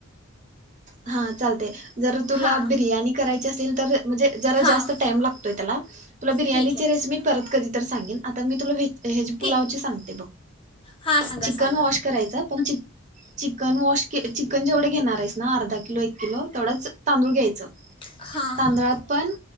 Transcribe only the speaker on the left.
हां
हां
ठीक आहे
ठीक आहे
हां सांगा
सांगा
हां